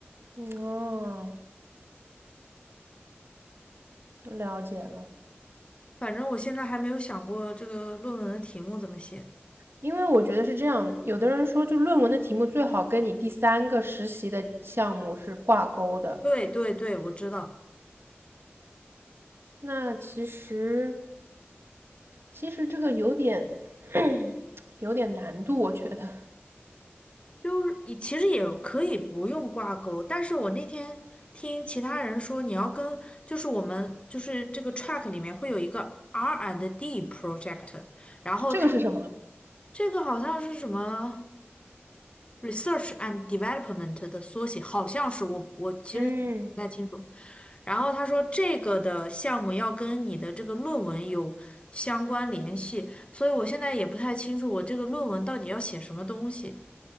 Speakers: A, on the right; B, on the left.
A: 嗯，哦，了解了。
B: 反正我现在还没有想过这个论文的题目怎么写。
A: 因为我觉得是这样，有的人说，就论文的题目最好跟你第三个实习的项目是挂钩的。
B: 对对对，我知道，
A: 那其实，其实这个有点 <clears throat> <coughs> 有点难度，我觉得
B: 就是你其实也可以不用挂钩，但是我那天听其他人说，你要跟就是我们就是这个 track 里面会有一个 R and D project。然后他。
A: 这个是什么？
B: 这个好像是什么 research and development 的缩写，好像是我我其实记不太清楚。
A: 嗯，
B: 然后他说这个的项目要跟你的这个论文有相关联系，所以我现在也不太清楚我这个论文到底要写什么东西。